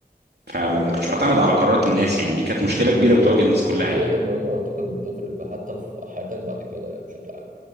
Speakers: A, on the right; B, on the right.
A: فما
B: اه
A: كنتش بعتمد على قرارات الناس يعني دي كانت مشكله كبيره
B: دي
A: بتواجه
B: نقطة
A: الناس كلها
B: دي نقطة
A: يعني
B: مهمة وأعتقد بتفرق في- حتى في حياتك بعد كده يعني بشكل عام